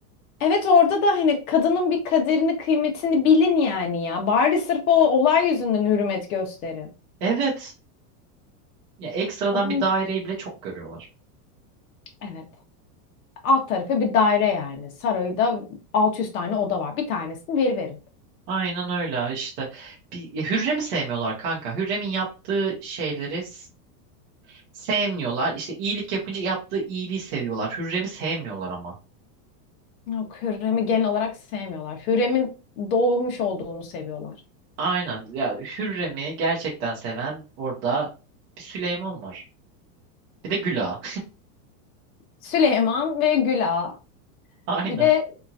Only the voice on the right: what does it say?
Evet ya ekstradan
bir daireyi bile çok görüyorlar.
Aynen öyle işte. Bir, ya Hürrem'i sevmiyorlar kanka. Hürrem'in yaptığı şeyleri s- sevmiyorlar. İşte iyilik yapınca yaptığı iyiliği seviyorlar. Hürrem'i sevmiyorlar ama.
Aynen. Ya Hürrem'i gerçekten seven orada bir Süleyman var. Bir de Güla.
<laughs> Aynen.